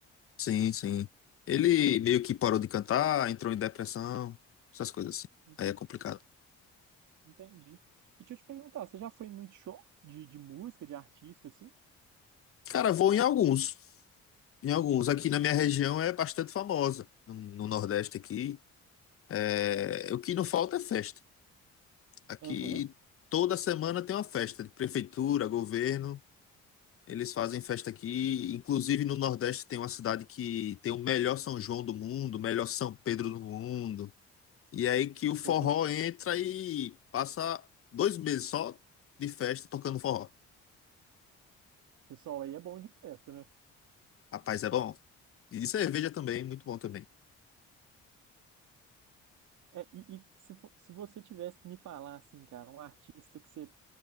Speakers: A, on the left; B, on the right.
A: Sim, sim. Ele meio que parou de cantar, entrou em depressão, essas coisas assim.
B: En-
A: Aí é complicado.
B: Entendi. E deixa eu te perguntar, você já foi em muito show de, de música, de artista, assim?
A: Cara, vou em alguns. Em alguns. Aqui na minha região é bastante famosa. No, no Nordeste aqui. É, o que não falta é festa. Aqui
B: Aham.
A: toda semana tem uma festa de prefeitura, governo. Eles fazem festa aqui. Inclusive no Nordeste tem uma cidade que tem o melhor São João do mundo, o melhor São Pedro do mundo. E é aí que o forró
B: Pô, O pe-
A: entra e passa dois meses só de festa tocando forró.
B: pessoal aí é bom de festa, né?
A: Rapaz, é bom. E de cerveja também, muito bom também.
B: É, e, e se, fo- se você tivesse que me falar, assim, cara, um artista que você